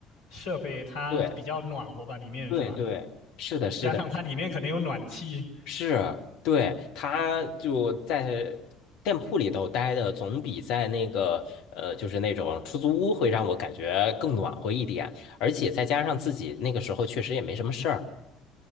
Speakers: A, on the left; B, on the left.
A: 设备，它比较暖和吧，
B: 对。
A: 里面是吧？
B: 对对，是的，是的，
A: 加上它里面可能有暖气，
B: 是，对，他就在店铺里头待的，总比在那个呃，就是那种出租屋会让我感觉更暖和一点，而且再加上自己那个时候确实也没什么事儿，